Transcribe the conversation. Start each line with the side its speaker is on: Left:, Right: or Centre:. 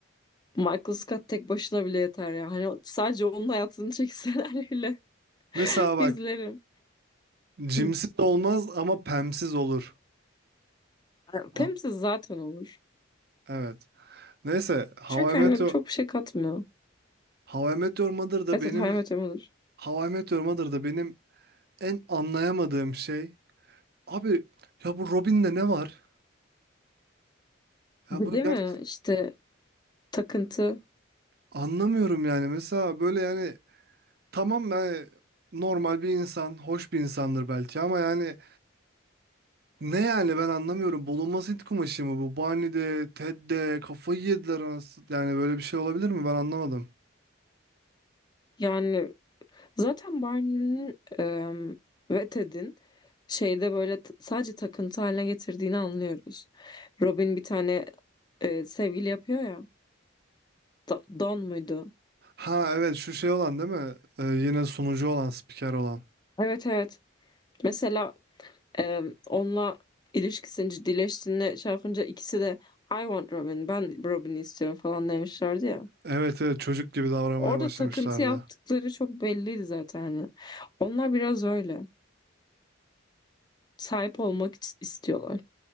Left: Michael Scott tek başına bile yeter ya. Hani sadece onun hayatını çekseler <laughs> bile
Right: Mesela bak
Left: izlerim.
Right: cimsiz
Left: Hı.
Right: olmaz ama pemsiz olur.
Left: E, Pam'siz
Right: An-
Left: zaten olur.
Right: Evet. Neyse How
Left: Çünkü
Right: I Met
Left: hani
Right: Your,
Left: çok bir şey katmıyor.
Right: How I Met Your Mother da
Left: Evet
Right: benim
Left: evet How I Met Your Mother.
Right: How I Met Your Mother da benim en anlayamadığım şey. Abi ya bu Robin'de ne var? Ya
Left: Bir
Right: bu
Left: Değil
Right: gert
Left: mi? İşte takıntı.
Right: anlamıyorum yani. Mesela böyle yani tamam yani normal bir insan, hoş bir insandır belki ama yani ne yani ben anlamıyorum. Bulunmaz Hint kumaşı mı bu? Barney'de, Ted'de kafayı yediler anasını. Yani böyle bir şey olabilir mi? Ben anlamadım.
Left: Yani zaten Barney'nin em, ve Ted'in şeyde böyle t- sadece takıntı haline getirdiğini anlıyoruz. Robin bir tane e, sevgili yapıyor ya. Da- Don muydu?
Right: Ha evet şu şey olan değil mi? Ee, yine sunucu olan, spiker olan.
Left: Evet evet. Mesela Ee, onunla ilişkisini ciddileştiğinde şey yapınca ikisi de I want Robin, ben Robin'i istiyorum falan demişlerdi ya.
Right: Evet evet çocuk gibi davranmaya
Left: Orada
Right: başlamışlardı.
Left: takıntı yaptıkları çok belliydi zaten. hani. Onlar biraz öyle. Sahip olmak is- istiyorlar.